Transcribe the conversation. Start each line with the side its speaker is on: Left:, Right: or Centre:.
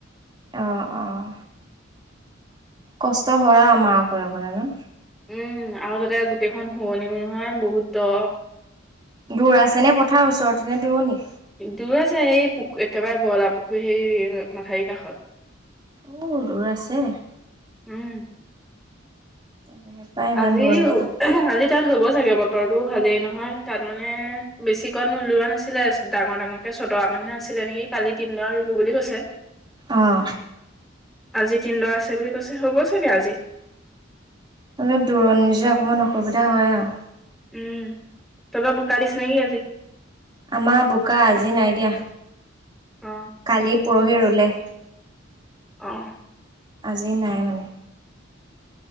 Right: আহ আহ। কষ্ট হয় আৰু মাৰ অকলে অকলে ন।
Centre: উম আৰু তাতে গোটেইখন শুৱনিও নহয় বহুত দ।
Right: দূৰ আছে নে পথাৰ ওচৰতেনে দূৰণি?
Centre: দূৰ আছে এই পু একেবাৰে বইলা পুখুৰী সেই মাথাউৰি কাষত।
Right: অ দূৰ আছে।
Centre: উম।
Right: তাকেহে পাই ইমান
Centre: আজি
Right: দূৰণিলে যাব
Centre: আজি তাত হ'ব চাগে ব তৰটোও ভালেই নহয় তাত মানে বেছিকত নোলোৱা নাছিলে ডাঙৰ ডাঙৰকে চতৰা মানহে আছি কালি তিনদৰা ৰুলো বুলি কৈছে।
Right: অহ।
Centre: আজি তিনদৰা আছে বুলি কৈছে হ'ব চাগে আজি।
Right: অলপ দূৰনি যে অকণমান অসুবিধা হয় আৰু।
Centre: উম তহঁতৰ বোকা দিছে নেকি আজি?
Right: আমাৰ বোকা আজি নাই দিয়া
Centre: অ
Right: কালি পৰহি ৰ'দ লে
Centre: অ',
Right: আজি নাই মানে।